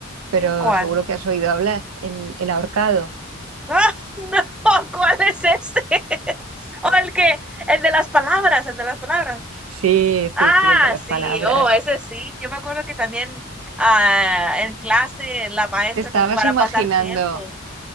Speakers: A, on the right (about 75°); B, in the centre.
A: pero
B: ¿Cuál?
A: seguro que has oído hablar, el, el ahorcado.
B: <laughs> ¡Ah, no! ¿Cuál es ese? <laughs> O el que, el de las palabras, el de las palabras.
A: Sí,
B: Ah,
A: sí, sí, el de las
B: sí,
A: palabras.
B: oh, ese sí. Yo me acuerdo que también ah, en clase la maestra
A: Te estabas
B: como para
A: imaginando.
B: pasar tiempo.